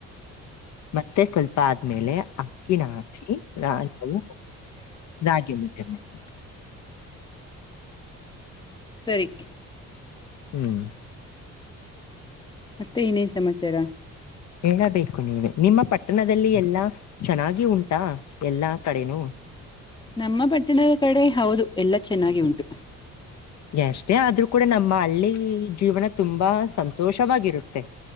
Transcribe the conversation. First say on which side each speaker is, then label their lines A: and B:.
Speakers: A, on the left; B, on the left.
A: ಮತ್ತೆ ಸ್ವಲ್ಪ್ ಬಾದ್ಮೇಲೆ ಅಕ್ಕಿನ ಹಾಕಿ ನಾವು ರಾಗಿ ಮುದ್ದೆ ಮಾಡ್ತೀವಿ.
B: ಸರಿ.
A: ಹ್ಮ್
B: ಮತ್ತೆ ಇನ್ನೇನ್ ಸಮಾಚಾರ?
A: ಹೇಳಬೇಕು ನೀವೆ, ನಿಮ್ಮ ಪಟ್ಟಣದಲ್ಲಿ ಎಲ್ಲಾ ಚೆನ್ನಾಗಿ ಉಂಟಾ ಎಲ್ಲಾ ಕಡೆನೂ.
B: ನಮ್ಮ ಪಟ್ಟಣದ ಕಡೆ ಹೌದು ಎಲ್ಲಾ ಚೆನ್ನಾಗಿ ಉಂಟು.
A: ಎಷ್ಟೇ ಆದ್ರೂ ಕೂಡ ನಮ್ಮ ಹಳ್ಳಿ ಜೀವನ ತುಂಬಾ ಸಂತೋಷವಾಗಿರುತ್ತೆ.